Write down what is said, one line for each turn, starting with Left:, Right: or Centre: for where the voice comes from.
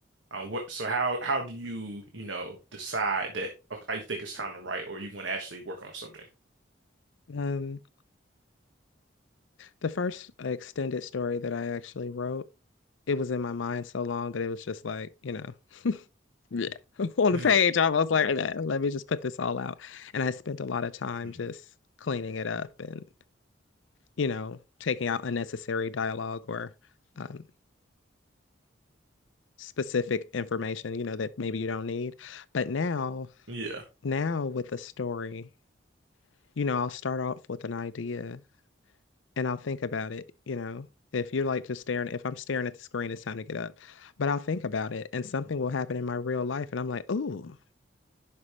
Right: Um, what, so how how do you, you know, decide that okay, I think it's time to write or you want to actually work on something?
Left: Um, the first extended story that I actually wrote it was in my mind so long that it was just like, you know, Yeah. <laughs> on
Right: Mm.
Left: the page, I was like, <laughs> "Nah, let me just put this all out. And I spent a lot of time
Right: <laughs>
Left: just cleaning it up and, you know, taking out unnecessary dialogue or um, specific information, you know, that maybe you don't need. But now,
Right: Yeah.
Left: now with a story, you know, I'll start off with an idea and I'll think about it, you know. If you're like just staring, if I'm staring at the screen, it's time to get up. But I'll think about it and something will happen in my real life. And I'm like, ooh,